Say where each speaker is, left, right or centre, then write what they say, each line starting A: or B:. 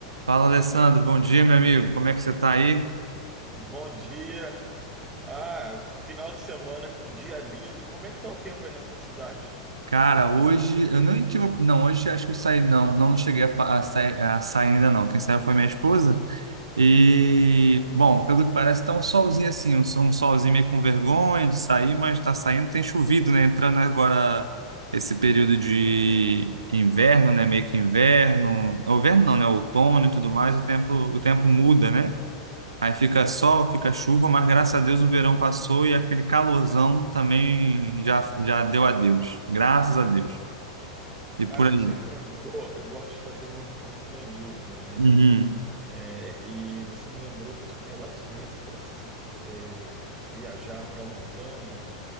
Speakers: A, on the right (about 85°); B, on the right (about 20°).
A: Fala, Alessandro. Bom dia, meu amigo. Como é que você tá aí?
B: Bom dia. Ah, final de semana com um dia lindo. E como é que tá o tempo aí na sua cidade?
A: Cara, hoje eu não tive. Não, hoje acho que eu saí. Não, não cheguei a, pa- a sair, a sair ainda, não. Quem saiu foi minha esposa. E, bom, pelo que parece, tá um solzinho assim, um, so- um solzinho meio com vergonha de sair, mas tá saindo. Tem chovido, né? Entrando agora esse período de inverno, né? Meio que inverno. Inverno não, né? Outono e tudo mais. O tempo, o tempo muda, né? Aí fica sol, fica chuva, mas graças a Deus o verão passou e aquele calorzão também já, já deu adeus. Graças a Deus. E por
B: Ah, você
A: aí.
B: me lembrou, eu gosto de fazer mon- montanhismo, né?
A: Uhum,
B: É, e você me lembrou que os melhores meses para se é, viajar para a montanha